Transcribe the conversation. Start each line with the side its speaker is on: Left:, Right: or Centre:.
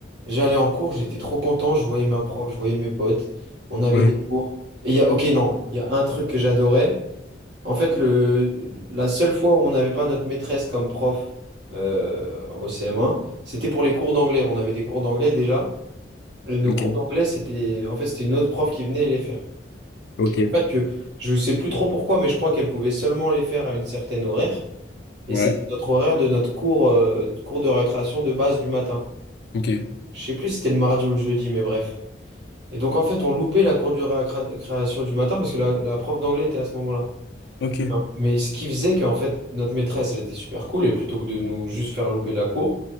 Right: j'allais en cours, j'étais trop content, je voyais ma prof, je voyais mes potes, on avait
Left: Ouais.
Right: des cours. Et il y a, ok, non, il y a un truc que j'adorais. En fait, le, la seule fois où on n'avait pas notre maîtresse comme prof euh, au CM1, c'était pour les cours d'anglais. On avait des cours d'anglais déjà. Et nos
Left: Ok.
Right: cours d'anglais, c'était en fait, c'était une autre prof qui venait les faire.
Left: Ok.
Right: En fait, que je sais plus trop pourquoi, mais je crois qu'elle pouvait seulement les faire à une certaine horaire. Et
Left: Ouais.
Right: c'était notre horaire de notre cours, euh, cours de récréation de base du matin.
Left: Ok.
Right: Je sais plus si c'était le mardi ou le jeudi, mais bref. Et donc, en fait, on loupait la cour de récréation du matin parce que la, la prof d'anglais était à ce moment-là.
Left: Ok,
Right: Mais ce qui faisait qu'en fait, notre maîtresse, elle était super cool, et plutôt que de nous juste faire louper la cour,